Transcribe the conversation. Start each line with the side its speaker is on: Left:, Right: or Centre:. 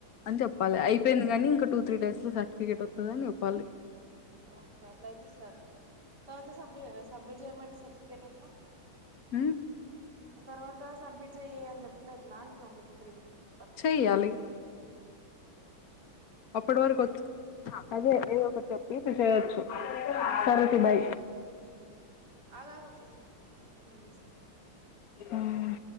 Left: అని చెప్పాలి అయిపోయింది కాని ఇంకా టూ త్రీ డేస్ లో సర్టిఫికెట్ వత్తది అని చెప్పాలి
Right: ఓకే అట్లా అయితే ఇస్తారు తర్వాత సబ్మిట్ ఆ సబ్మిట్ చేయమంటే సర్టిఫికేట్ ఎట్లా
Left: ఉమ్
Right: తర్వాత సబ్మిట్ చెయ్యి అని చెప్తేఎట్లా ట్ర ఒక టూ టు త్రీ వీక్ అట్లా
Left: చెయ్యాలి అప్పడు వారుకొత్తు అదే ఏదో ఒకటి చెప్పి ప్రిపేర్ చేయొచ్చు సరే తీ బై
Right: ఆగాగు ఫర్స్ నేన్ ఒకసారి తీస్
Left: ఆహ్